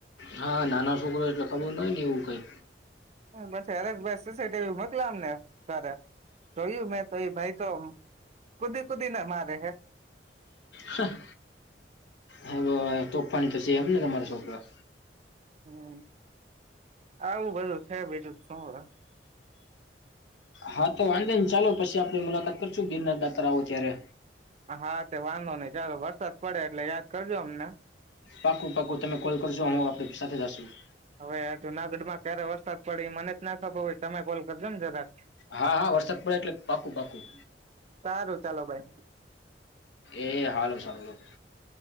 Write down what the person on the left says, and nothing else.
હા નાનો છોકરો એટલે ખબર ન હોય ને એવું કંઈ
હા આ બો તોફાની તો છે એમ ને તમારા છોકરા.
હા તો વાંધે ને ચાલો પછી આપણે મુલાકાત કરશું ગિરના દાતરા ઓ જ્યારે
પાકું પાકું તમે કોલ કરશો હું આપડે સાથે જશું
હા હા વરસાદ પડે એટલે પાકું પાકું
એ હાલો સવ લોક